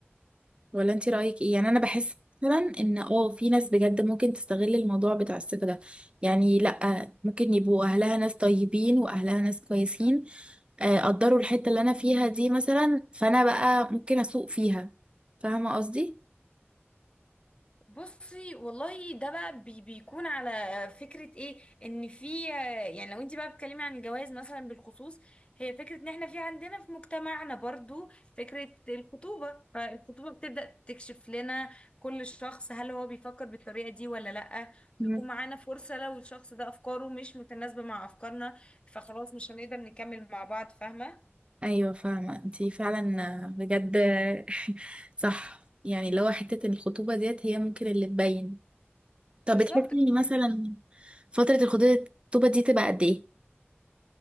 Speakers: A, on the right; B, on the left.
A: ولا انتي رأيك ايه يعني انا بحس مثلا ان اه في ناس بجد ممكن تستغل الموضوع بتاع الثقة ده يعني لا ممكن يبقوا اهلها ناس طيبين واهلها ناس كويسين آه، قدروا الحتة اللي انا فيها دي مثلا فانا بقى ممكن اسوق فيها فاهمة قصدي؟
B: بصي والله ده بقى بي بيكون على فكرة ايه ان في يعني لو انت بقى بتتكلمي عن الجواز مثلا بالخصوص هي فكرة ان احنا في عندنا في مجتمعنا برضو فكرة الخطوبة فالخطوبة بتبدأ تكشف لنا كل شخص هل هو بيفكر بالطريقة دي ولا لأ
A: مم.
B: بيكون معانا فرصة لو الشخص ده افكاره مش متناسبة مع افكارنا فخلاص مش هنقدر نكمل مع بعض فاهمة
A: ايوه فاهمة انتي فعلا آه، بجد <laughs> صح يعني لو حتة الخطوبة ديت هي ممكن اللي تبين طب
B: بالظبط
A: بتحسي مثلا فترة الخطوبة الخطوبة دي تبقى قد ايه